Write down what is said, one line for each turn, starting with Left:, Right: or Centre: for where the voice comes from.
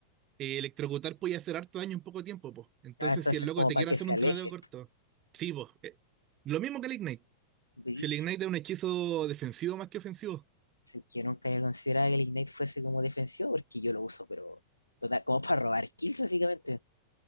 Right: eh, electrocutar puede hacer harto daño en poco tiempo, pues. Entonces,
Left: Ah, entonces
Right: si el loco
Left: como
Right: te
Left: para
Right: quiere
Left: que
Right: hacer
Left: se
Right: un
Left: aleje.
Right: tradeo corto, sí, pues. eh, lo mismo que el Ignite.
Left: Brígido.
Right: Si el Ignite es un hechizo defensivo más que ofensivo.
Left: Sí, que Yo nunca había considerado que el Ignite fuese como defensivo, porque yo lo uso, pero total, como para robar kills, básicamente.